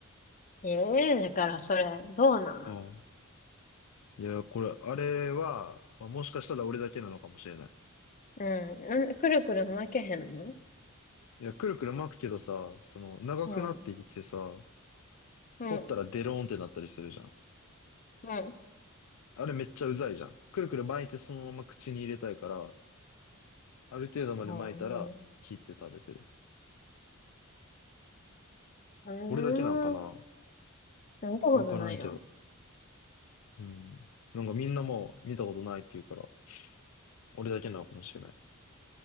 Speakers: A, on the left (about 35°); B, on the left (about 80°).
A: ええだからそれ、どうなん
B: ああ。いや、これ、あれは、まあ、もしかしたら俺だけなのかもしれない。
A: うん。なんで、くるくる巻けへんの
B: いや、くるくる巻くけどさ、その、長くなってきてさ、
A: うん。うん。
B: 取ったらデローンってなったりするじゃん。
A: うん。
B: あれめっちゃうざいじゃん。くるくる巻いてそのまま口に入れたいから、ある程度まで巻いたら、
A: うん。
B: 切って食べてる。
A: うん。
B: 俺だけなんかな
A: うーん見たことないよ。
B: わからんけど。うん。なんかみんなもう見たことないって言うから、俺だけなのかもしれない。